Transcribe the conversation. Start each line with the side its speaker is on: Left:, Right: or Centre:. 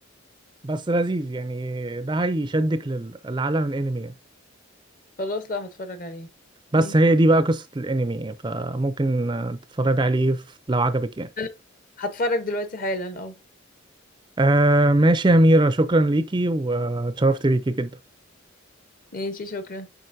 Right: بس لذيذ يعني ده هيشدك لل- للعالم الانمي يعني.
Left: خلاص لا هتفرج عليه
Right: بس
Left: ماشي
Right: هي دي بقى قصة الانمي يعني فممكن آه، تتفرج عليه في- لو عجبك يعني
Left: انا هتفرج دلوقتي حالا اه
Right: آه ماشي يا أميرة شكرا ليكي واتشرفت بيكي جدا
Left: ماشي شكرا